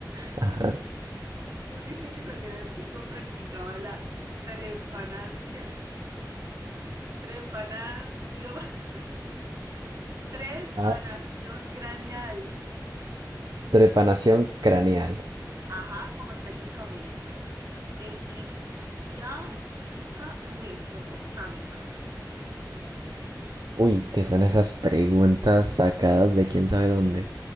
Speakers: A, on the right; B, on the right.
A: Ajá.
B: qué civilización antigua practicaba la trepanancia, trepanación, <laughs> trepanación
A: Ah,
B: craneal?
A: Trepanación craneal.
B: Ajá, como técnica médica. Egipcia, inca, mesopotámica.
A: Uy, ¿qué son esas preguntas sacadas de quién sabe dónde?